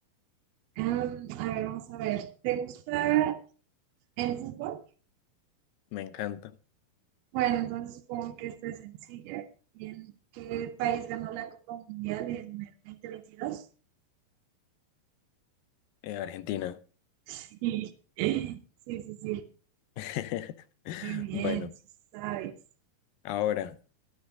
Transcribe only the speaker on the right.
Em, a ver, vamos a ver. ¿Te gusta el fútbol?
Bueno, entonces supongo que esta es sencilla. ¿Y en qué país ganó la Copa Mundial en el 2022?
Sí, sí, sí, sí.
Muy bien,
sí sabes.